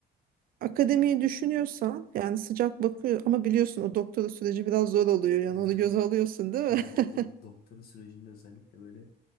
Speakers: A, on the right; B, on the left.
A: akademiyi düşünüyorsan yani sıcak bakıyor ama biliyorsun o doktora süreci biraz zor oluyor yani
B: <laughs>
A: onu göze alıyorsun değil
B: ya
A: mi?
B: o
A: <laughs>
B: dok doktora sürecinde özellikle böyle